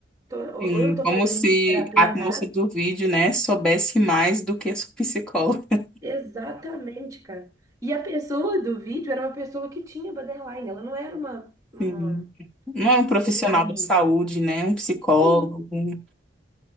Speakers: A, on the right; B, in the centre.
A: tô- ou
B: sim.
A: ou eu tô
B: Como
A: fazendo
B: se
A: terapia
B: a
A: errada.
B: moça do vídeo, né, soubesse mais do que a sua <laughs> psicóloga.
A: Exatamente, cara. E a pessoa do vídeo era uma pessoa que tinha borderline, ela não era uma,
B: Sim.
A: uma
B: Não é um profissional
A: especialista.
B: da saúde, né? Um psicólogo.
A: Sim.
B: um,